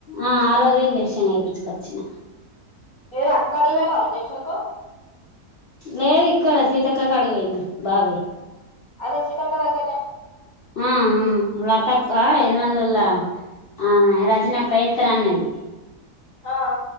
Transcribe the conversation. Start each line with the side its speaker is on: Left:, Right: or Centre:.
Left: ఆ ఆరవదే ఇంజెక్షన్ ఎపిచికచ్చినా
Right: ఏది అక్కడ వేనా ఇంజెక్షన్ కు
Left: లేదు ఇక్కడ సీతక్క కడికి పోయింది బాగాయింది
Right: అదే సీతక్క దగ్గరనే
Left: ఆ ఆ లతక్క ఎరుమనలల ఆమా రజినక్క ఏత్తర అన్నది
Right: ఆ